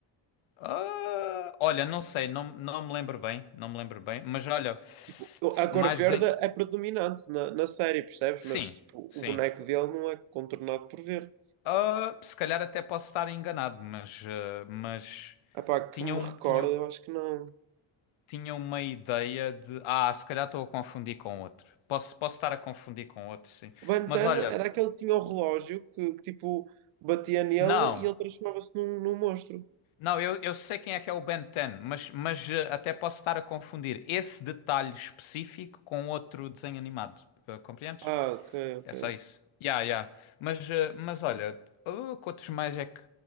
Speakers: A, on the left (about 75°); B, on the right (about 85°).
A: Ah, olha, não sei, não, não me lembro bem, não me lembro bem, mas olha,
B: Tipo, eu- a
A: mais
B: cor verde
A: em...
B: é predominante na, na série, percebes?
A: Sim,
B: Mas tipo,
A: sim.
B: o boneco dele não é contornado por verde.
A: Ah, se calhar até posso estar enganado, mas, ah, mas
B: Ah pá, que
A: tinham,
B: me recordo,
A: tinham,
B: eu acho que não.
A: tinham uma ideia de. Ah, se calhar estou a confundir com outro. Posso, posso estar a confundir com outro, sim.
B: O Ben
A: Mas
B: 10
A: olha,
B: era aquele que tinha o relógio que, tipo, batia nele
A: não.
B: e ele transformava-se num, num monstro.
A: Não, eu, eu sei quem é que é o Ben 10, mas, mas ah, até posso estar a confundir esse detalhe específico com outro desenho animado. Ah, compreendes?
B: Ah, ok, ok.
A: É só isso. Ya, ya. Mas, eh, mas olha, uh, que outros mais é que.